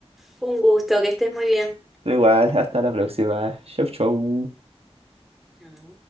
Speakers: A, in the centre; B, on the right.
A: fue un gusto, que estés muy bien.
B: Igual, hasta la próxima, chau chau.
A: Chao.